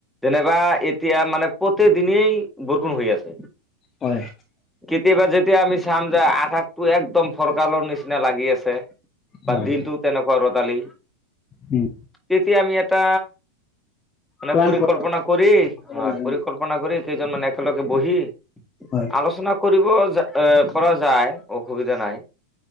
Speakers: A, in the centre; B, on the left.
A: যেনেবা এতিয়া মানে প্ৰতি দিনেই বৰষুন হৈ আছে।
B: হয়।
A: কেতিয়াবা যেতিয়া আমি চাম যে আকাশটো একদম ফৰকালৰ নিচিনা লাগি আছে।
B: হয়
A: বা দিনটো তেনেকুৱা ৰ'দালি।
B: উম।
A: তেতিয়া আমি এটা মানে
B: প্লান
A: পৰিকলল্পনা
B: কৰা
A: কৰি হয়, পৰিকল্প
B: যায়।
A: পৰিকল্পনা কৰি, কেইজনমান একেলগে বহি।
B: হয়।
A: আলোচনা কৰিব যা অহ, ৰা যায় অসুবিধা নাই।